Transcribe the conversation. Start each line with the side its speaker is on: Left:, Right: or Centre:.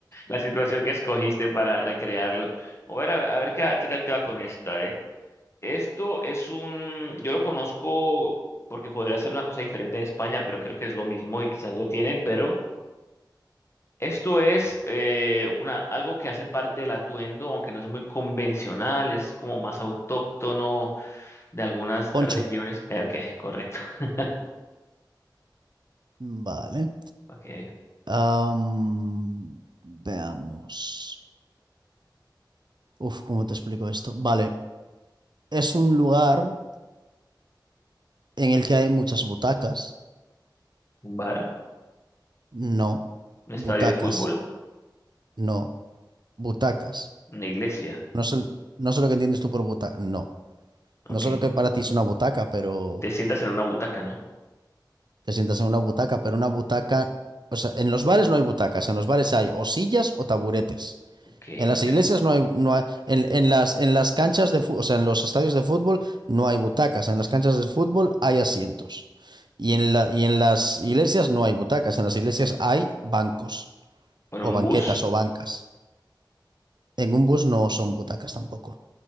Left: la situación que escogiste para recrearlo. A ver, a ver, a ver qué, qué tal te va con esta, ¿eh? Esto es un, yo lo conozco porque podría ser una cosa diferente en España, pero creo que es lo mismo y quizás lo tienen, pero esto es eh, una, algo que hace parte del atuendo, aunque no es muy convencional, es como más autóctono de algunas
Right: Poncho.
Left: regiones. Eh, ok, correcto. <laughs>
Right: Vale.
Left: Ok,
Right: Am, veamos. Uf, ¿cómo te explico esto? Vale. Es un lugar en el que hay muchas butacas.
Left: un bar,
Right: No.
Left: un estadio
Right: Butacas.
Left: de fútbol.
Right: No. Butacas.
Left: Una iglesia.
Right: No sé, no sé lo que entiendes tú por butaca. No.
Left: Ok,
Right: no solo
Left: con-
Right: que para ti es una butaca, pero
Left: te sientas en una butaca, ¿no?
Right: te sientas en una butaca, pero una butaca, o sea, en los bares no hay butacas, en los bares hay o sillas o taburetes.
Left: Ok,
Right: En las
Left: de-
Right: iglesias no hay, no hay- en, en las, en las canchas de fútbol, o sea, en los estadios de fútbol no hay butacas, en las canchas de fútbol hay asientos. Y en la, y en las iglesias no hay butacas, en las iglesias hay bancos
Left: bueno,
Right: o
Left: un
Right: banquetas
Left: bus.
Right: o bancas. En un bus no son butacas tampoco.